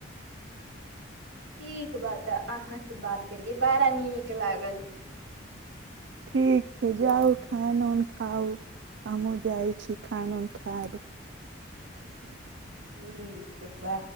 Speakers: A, on the right; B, on the right.
A: ठीक बा तऽ अहाँ सँ बात करिके बड़ा नीक लागल
B: ठीक छै जाउ खान उन खाउ हमहूँ जाइ छी खान उन खायब
A: ठीक बा